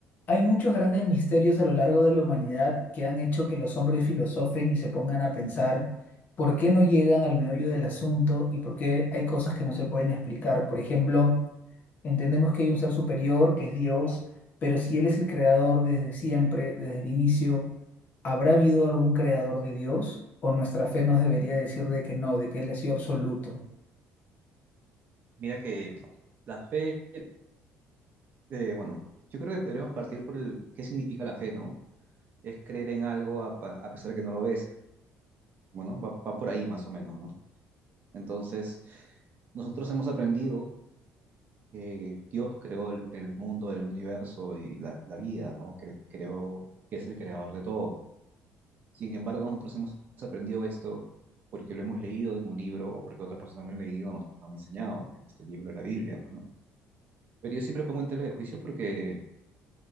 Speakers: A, on the left; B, on the right.
A: Hay muchos grandes misterios a lo largo de la humanidad que han hecho que los hombres filosofen y se pongan a pensar por qué no llegan al meollo del asunto y por qué hay cosas que no se pueden explicar. Por ejemplo, entendemos que hay un ser superior, que es Dios, pero si Él es el creador desde siempre, desde el inicio, ¿habrá habido algún creador de Dios? ¿O nuestra fe nos debería decir de que no, de que Él ha sido absoluto?
B: Mira que la fe, eh, bueno, yo creo que deberíamos partir por el qué significa la fe, ¿no? Es creer en algo a, pa- a pesar de que no lo ves. Bueno, va, va por ahí más o menos, ¿no? Entonces, nosotros hemos aprendido que Dios creó el, el mundo, el universo y la, la vida, ¿no? Cre- creó que es el creador de todo. Sin embargo, nosotros hemos aprendido esto porque lo hemos leído en un libro o porque otras personas lo han leído, nos, nos han enseñado que este libro es la Biblia, pues, ¿no? Pero yo siempre pongo en tela de juicio porque